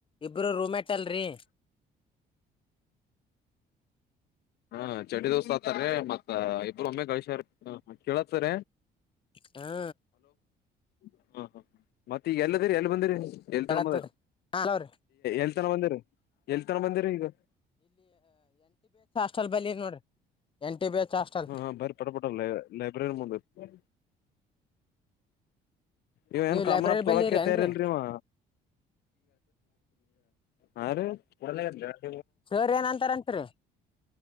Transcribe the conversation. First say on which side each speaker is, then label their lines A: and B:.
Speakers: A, on the left (about 30°); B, on the left (about 75°).
A: ಇಬ್ಬರು ರೂಮೇಟ್ ಆಟಲ್ರರಿ
B: ಹಾ ಚಡ ದೋಸ ಆತಾರ ಮತ್ತ ಇಬ್ಬರು ಒಮ್ಮೆ ಗಳಶ್ಯಾರ ಕೇಳತ್ತಾರ
A: ಹಾ
B: ಹ್ಮ ಹಾ ಹಾ ಮತ್ತ ಈಗ ಎಲ್ಲದಿರಿ ಎಲ್ಲಿ ಬಂದಿರಿ
A: ಕೇಳತ್ತದ್ರಿ
B: ಎಲ್ತನ ಬಂದರಿ
A: ಹಲೋರಿ
B: ಎಲ್ತನ ಬಂದಿರಿ ಎಲ್ತನ ಬಂದಿರಿ ಈಗ
A: ಅಲ್ಲಿ ಬಂದೇನಿ ನೋಡ್ರಿ ನೋಡ್ರ ಏನ್ ಟಿ ಬಿ ಎಚ್ ಹಾಸ್ಟೆಲ್
B: ಹಾ ಹಾ ಬಾರಿ ಪಟ ಪಟಲ್ಲ ಲೈಬ್ರರಿ ಮುಂದ ಹ್ ಇವ ಏನ್
A: ನೀವ್
B: ಕಾಮನಪ್ಪ
A: ಲೈಬ್ರರಿ
B: ತೊಳಕ
A: ಬಲ್ಲಿ ಇರಿ ಏನ್ರಿ
B: ತಯಾರಿಲಿರಿ ಇವ ಹಾ ರಿ ಒ
A: ಸರಿ ಏನ ಅಂತಾರಂತರಿ